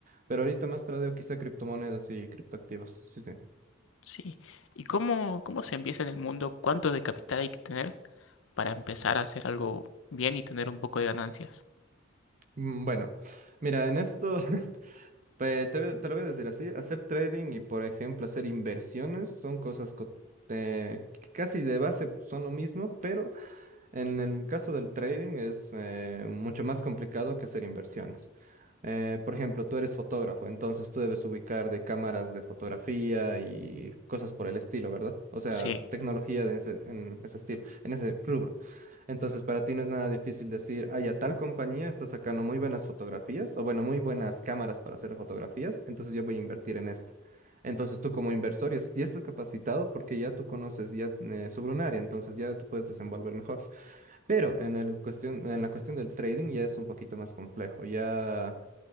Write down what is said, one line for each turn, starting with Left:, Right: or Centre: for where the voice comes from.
Right: Pero ahorita más tradeo quizá criptomonedas y criptoactivos. Sí, sí.
Left: Sí. ¿Y cómo, cómo se empieza en el mundo? ¿Cuánto de capital hay que tener para empezar a hacer algo bien y tener un poco de ganancias?
Right: Mm, Bueno, mira, en esto <laughs> pe- te, te lo voy a decir así, hacer trading y, por ejemplo, hacer inversiones son cosas co- eh, que casi de base son lo mismo, pero En el caso del trading es eh, mucho más complicado que hacer inversiones. Eh, por ejemplo, tú eres fotógrafo, entonces tú debes ubicar de cámaras de fotografía y cosas por el estilo, ¿verdad? O sea,
Left: Sí,
Right: tecnología de ese- en ese estilo, en ese rubro. Entonces, para ti no es nada difícil decir, ay, a tal compañía está sacando muy buenas fotografías, o bueno, muy buenas cámaras para hacer fotografías, entonces yo voy a invertir en esta. Entonces tú como inversor ya, es- ya estás capacitado porque ya tú conoces ya eh, sobre un área, entonces ya tú puedes desenvolver mejor. Pero en el cuestión, en la cuestión del trading ya es un poquito más complejo. Ya